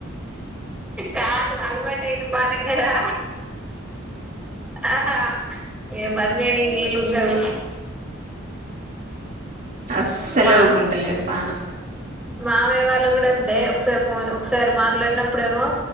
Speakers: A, in the centre; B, on the right (about 45°).
A: కాదు అలవాటు అయిన పానం కదా ఆహా ఏ బందేనికి వీలు ఉండదు
B: అస్సలు
A: మా
B: ఊర్కుంటలేదు పాను
A: మామయ్య వాళ్ళు కూడా అంతే ఒకసారి ఒకసారి మాట్లాడినప్పుడేమో